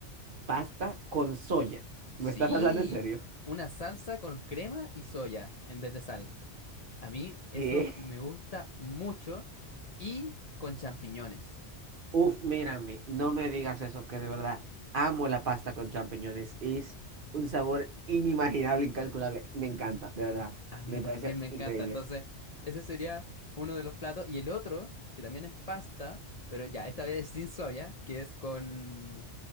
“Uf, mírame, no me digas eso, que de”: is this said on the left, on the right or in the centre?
Right